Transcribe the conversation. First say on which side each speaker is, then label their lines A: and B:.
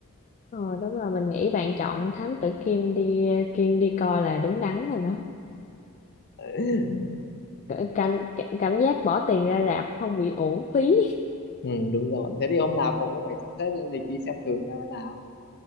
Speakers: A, on the left; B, on the left.
A: Ờ, đúng rồi mình nghĩ bạn chọn Thám Tử Kiên đi Kiên đi coi là đúng đắn rồi đó
B: <laughs>
A: Cả- cảm cảm giác bỏ tiền ra rạp không bị uổng phí
B: ừ, đúng rồi thế thì hôm nào cậu cũng phải sắp xếp lên lịch đi xem thử xem thế nào